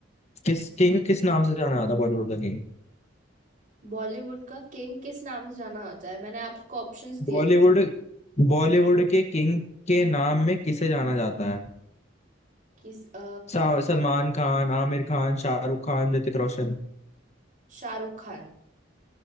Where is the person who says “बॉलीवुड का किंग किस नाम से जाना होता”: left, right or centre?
Right